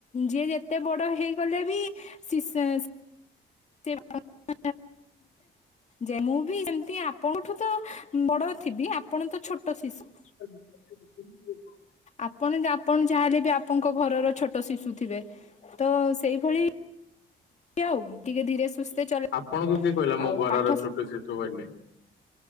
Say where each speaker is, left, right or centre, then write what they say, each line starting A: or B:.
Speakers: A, on the left; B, on the left.
A: ଯିଏ ଯେତେ ବଡ ହେଇଗଲେ ବି। ଶିସେଶ୍। <unintelligible> ଯେ ମୁଁ ବି ଯେମତି ଆପଣଙ୍କଠୁ ତ ବଡ ଥିବି ଆପଣ ତ ଛୋଟ ଶିଶୁ।
B: <inaudible>
A: ଆପଣ ଆପଣ ଯାହା ହେଲେ ବି ଆପଣଙ୍କ ଘରର ଛୋଟ ଶିଶୁ ଥିବେ ତ ସେଇଭଳି। ଆଉ ଟିକେ ଧୀରେ ସୁସ୍ଥେ ଚଲେ
B: ଆପଣଙ୍କୁ କିଏ କହିଲା ମୋ
A: ଆଉ
B: ଘରର
A: ପାଠ
B: ଛୋଟ ଶିଶୁ ବୋଲି।